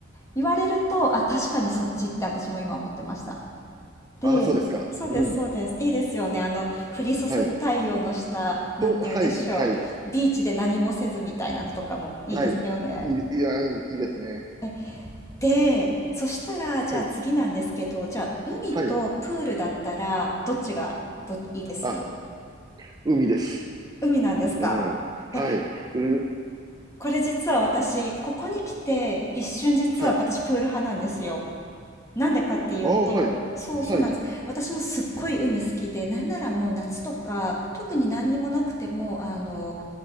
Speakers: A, on the left; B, on the right.
A: 言われると、あ、確かにそっちって私も今思ってました。で、
B: ああ、そうですか。
A: そうです、
B: うん、
A: そうです。いいですよね。あの、降り注ぐ太陽の下、
B: はい。
A: なんて言うんでしょう。
B: そう、はい、はい、
A: ビーチで何もせずみたいなのとかもいいですよね。
B: はい。いい、いや、いいですね。
A: え、で、そしたら、じゃあ次なんですけど、
B: はい。
A: じゃあ海とプールだったら、
B: はい。
A: どっちがど、いいです
B: あ、海です。
A: 海なんですかえ、
B: うん。はい。うん。
A: これ実は私、ここに来て、一瞬実は私プール派なんですよ。
B: はい。
A: なんでかっていうと、
B: ああ、はい。
A: そうそうなんです。
B: はい。
A: 私もすっごい海好きで、なんならもう夏とか、特に何にもなくても、あの、